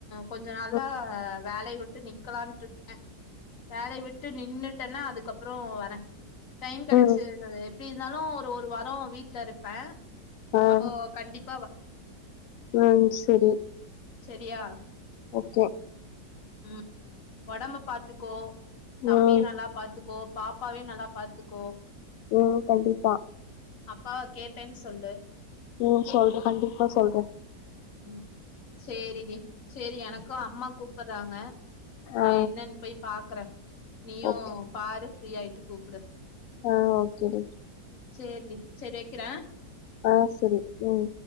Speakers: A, on the left; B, on the left.
A: கொஞ்ச நல்லா
B: ம்
A: வேலைய விட்டு நிக்கலான்ட்டுருக்கே வேலைய விட்டு நின்னுட்டேன்னா அதுக்கப்பறோ வரே டைம் கெடச்சு
B: ம்
A: எப்டி இருந்தாலு ஒரு ஒரு வாரோ வீட்டுல இருப்பே
B: ஆ
A: அப்போ கண்டிப்
B: ம் செரி
A: செரியா
B: ஓகே
A: ம் ஒடம்பு பாத்துக்கோ தம்பிய
B: ம்
A: நல்லா பாத்துக்கோ பாப்பாவையோ நல்லா பாத்துக்கோ
B: ம் கண்டிப்பா
A: அப்பாவா கேட்டேன் சொல்லு
B: ம் சொல்றே கண்டிப்பா சொல்றே
A: ம் சேரி டி சேரி எனக்கு அம்மா கூப்புறாங்க நா
B: ஆ
A: என்னன் போய் பாக்குறே நீயு
B: ஓகே
A: பாரு ஃப்ரீ ஆயிட்டு கூப்புடு
B: ஆ ஓகே டி
A: சேரி டி செரி வெக்கிறே
B: ஆ செரி ம்